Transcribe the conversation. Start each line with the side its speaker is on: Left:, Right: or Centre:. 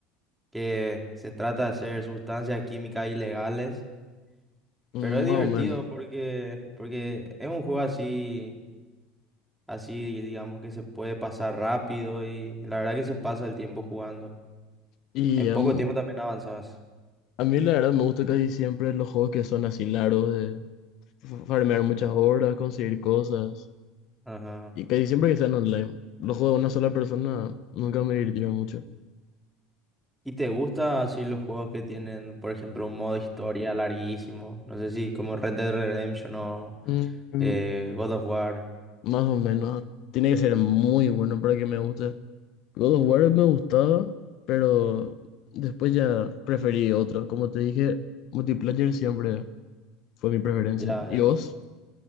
Centre: que se trata de hacer sustancias químicas ilegales,
Left: Mm,
Centre: pero es
Left: más
Centre: divertido
Left: o menos.
Centre: porque, porque es un juego así. Así digamos que se puede pasar rápido y la verdad que se pasa el tiempo jugando.
Left: Y
Centre: En
Left: a
Centre: poco
Left: mí,
Centre: tiempo también avanzas.
Left: a mí la verdad me gusta casi siempre los juegos que son así largos, f- farmear muchas horas, conseguir cosas.
Centre: Ajá.
Left: Y casi siempre que sean online. Los juegos de una sola persona nunca me divirtieron mucho.
Centre: ¿Y te gusta así los juegos que tienen, por ejemplo, un modo historia larguísimo? No sé si como Red Dead Redemption o
Left: Mm,
Centre: eh, God of War.
Left: más o menos. Tiene que ser muy bueno para que me guste. God of War me gustaba, pero después ya preferí otro. Como te dije, multiplayer siempre fue mi preferencia.
Centre: Ya,
Left: ¿Y
Centre: ya.
Left: vos?